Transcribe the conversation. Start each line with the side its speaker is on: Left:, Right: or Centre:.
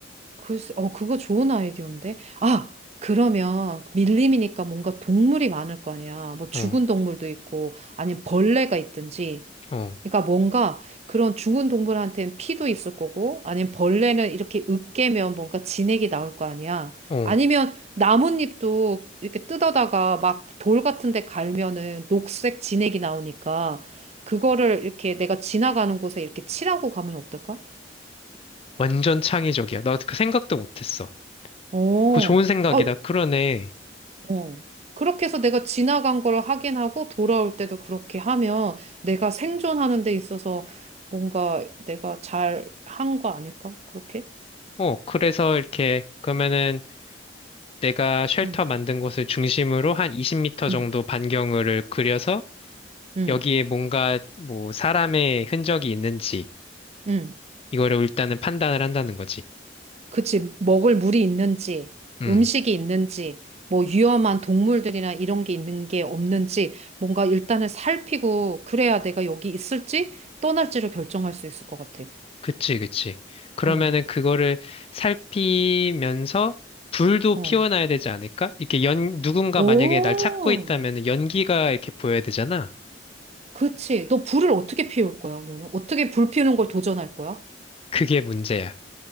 Right: 글쎄, 어, 그거 좋은 아이디어인데? 아! 그러면 밀림이니까 뭔가 동물이 많을 거 아니야. 뭐 죽은
Left: 어,
Right: 동물도 있고, 아니면 벌레가 있든지.
Left: 어,
Right: 그러니까 뭔가 그런 죽은 동물한테는 피도 있을 거고, 아니면 벌레는 이렇게 으깨면 뭔가 진액이 나올 거 아니야.
Left: 어.
Right: 아니면 나뭇잎도 이렇게 뜯어다가 막 돌 같은 데 갈면은 녹색 진액이 나오니까, 그거를 이렇게 내가 지나가는 곳에 이렇게 칠하고 가면 어떨까?
Left: 완전 창의적이야. 나 그 생각도 못했어.
Right: 어,
Left: 그거 좋은 생각이다.
Right: 어,
Left: 그러네.
Right: 어. 그렇게 해서 내가 지나간 걸 확인하고 돌아올 때도 그렇게 하면 내가 생존하는 데 있어서 뭔가 내가 잘 한 거 아닐까? 그렇게?
Left: 어, 그래서 이렇게 그러면은 내가 쉘터
Right: 응,
Left: 만든 곳을 중심으로 한 20m
Right: 응,
Left: 정도 반경을 그려서
Right: 응,
Left: 여기에 뭔가 뭐 사람의 흔적이 있는지
Right: 응.
Left: 이거를 일단은 판단을 한다는 거지.
Right: 그치. 먹을 물이 있는지,
Left: 음.
Right: 음식이 있는지, 뭐 위험한 동물들이나 이런 게 있는 게 없는지, 뭔가 일단은 살피고, 그래야 내가 여기 있을지, 떠날지를 결정할 수 있을 것 같아.
Left: 그치, 그치. 그러면은
Right: 어
Left: 그거를 살피면서 불도
Right: 어.
Left: 피워놔야 되지 않을까? 이렇게 연, 누군가
Right: 오,
Left: 만약에 날 찾고 있다면 연기가 이렇게 보여야 되잖아.
Right: 그치. 너 불을 어떻게 피울 거야, 너는? 어떻게 불 피우는 걸 도전할 거야?
Left: 그게 문제야.